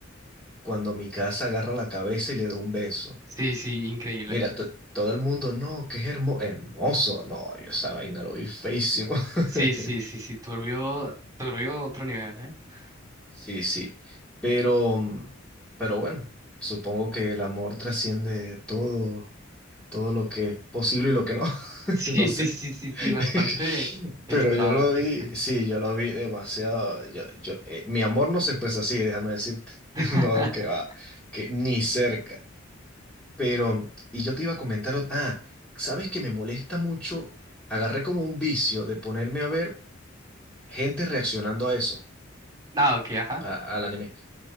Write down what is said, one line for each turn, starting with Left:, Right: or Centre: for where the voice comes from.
Centre: cuando mi casa agarra la cabeza y le da un beso.
Right: Sí, sí, increíble.
Centre: Mira, to- todo el mundo, no, que es hermo- hermoso. No, yo esa vaina lo vi feísimo.
Right: Sí,
Centre: <laughs>
Right: sí, sí, sí, turbio, turbio otro nivel, ¿eh? <laughs>
Centre: Sí, sí. Pero, mm, pero bueno, supongo que el amor trasciende todo, todo lo que es posible y lo que no. <laughs>
Right: Sí,
Centre: No
Right: sí,
Centre: sé.
Right: sí, sí,
Centre: <laughs>
Right: sí, bastante extravagante,
Centre: Pero yo lo vi,
Right: extraño.
Centre: sí, yo lo vi demasiado. Yo, yo, eh, mi amor no se expresa así, déjame decirte.
Right: <laughs>
Centre: <laughs> No, que va, que ni cerca. Pero, y yo te iba a comentar, ot- ah, ¿sabes que me molesta mucho? Agarré como un vicio de ponerme a ver gente reaccionando a eso,
Right: Ah, ok, ajá.
Centre: a- al anime.